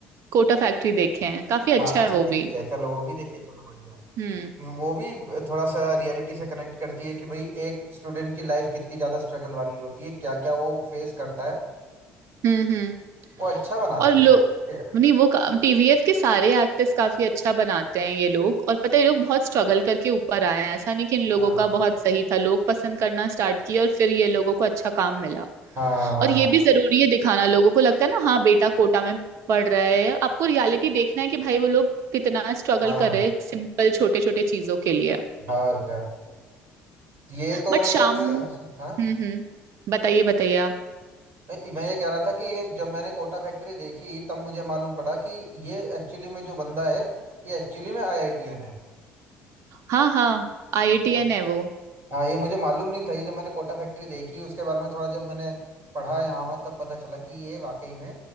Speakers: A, on the right; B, on the right.
A: कोटा फैक्ट्री देखे हैं काफी अच्छा
B: हाँ अच्छा
A: है वो
B: देखिए
A: भी
B: है चलो वो भी देखिए चलो बढ़िया है।
A: हम्म
B: वो भी थोड़ा सा रियलिटी से कनेक्ट करती है कि भाई एक स्टूडेंट की लाइफ कितनी ज्यादा स्ट्रगल वाली होती है क्या क्या वो फेस करता है
A: हम्म हम्म
B: वो अच्छा बनाता
A: और
B: है
A: लोग
B: कंटेंट।
A: नहीं वो टीवीएफ के सारे एक्टर्स काफी अच्छा बनाते हैं ये लोग और पता है ये लोग बहुत स्ट्रगल करके ऊपर आए हैं ऐसा नहीं कि इन लोगों
B: हाँ
A: का
B: हाँ
A: बहुत सही था लोग पसंद करना स्टार्ट किए और फिर ये लोगों को अच्छा काम मिला
B: हाँ
A: और ये भी जरूरी है दिखाना लोगों को लगता है ना हाँ बेटा कोटा में पढ़ रहा है आपको रियलिटी देखना है कि भाई वो लोग कितना स्ट्रगल
B: हाँ
A: कर रहे हैं सिंपल छोटे छोटे चीजों के लिए
B: हाँ और क्या ये तो
A: बट
B: मतलब
A: शाम
B: हाँ
A: हम्म
B: हाँ।
A: हम्म बताइए बताइए आप
B: नहीं मैं ये कह रहा था कि ये जब मैंने कोटा फैक्ट्री देखी तब मुझे मालूम पड़ा कि ये एक्चुअली में जो बंदा है ये एक्चुअली में आईआईटीएन है
A: हाँ हाँ आईआईटीएन
B: हम्म।
A: है वो
B: हाँ ये मुझे मालूम नहीं था ये जब मैंने कोटा फैक्ट्री देखी उसके बारे में थोड़ा जब मैंने पढ़ा यहाँ वहाँ तब पता चला कि ये वाकई में